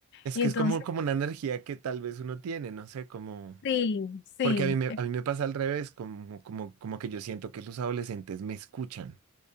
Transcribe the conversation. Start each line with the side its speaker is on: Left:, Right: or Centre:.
Right: Es
Left: Y
Right: que
Left: entonces,
Right: es como, como una energía que tal vez uno tiene, no sé, como...
Left: sí, sí.
Right: Porque a mí me, a mí me pasa al revés, como, como, como que yo siento que los adolescentes me escuchan,